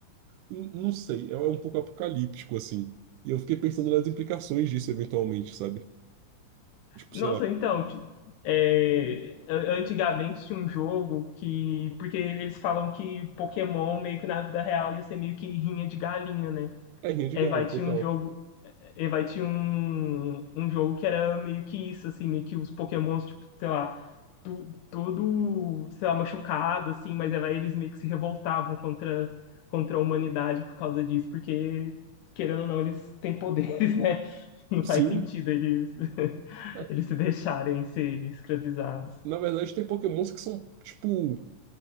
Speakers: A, on the right; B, on the left.
A: n- Não sei, é é um pouco apocalíptico, assim. E eu fiquei pensando nas implicações disso eventualmente, sabe? Tipo,
B: Nossa,
A: sei lá.
B: então, ti- é, a- antigamente tinha um jogo que, porque eles falam que Pokémon meio que na vida real ia ser meio que rinha de galinha, né?
A: É rinha de
B: É,
A: galo,
B: vai, tinha
A: total.
B: um jogo E vai tinha um, um jogo que era meio que isso, assim, meio que os Pokémons, tipo, sei lá, tu, todo, sei lá, machucado, assim, mas aí vai, eles meio que se revoltavam contra, contra a humanidade por causa disso, porque, querendo ou não, eles têm poderes, <laughs> né? Não
A: Sim.
B: faz sentido eles, <laughs>
A: é,
B: eles se deixarem ser escravizados.
A: na verdade, tem Pokémons que são, tipo,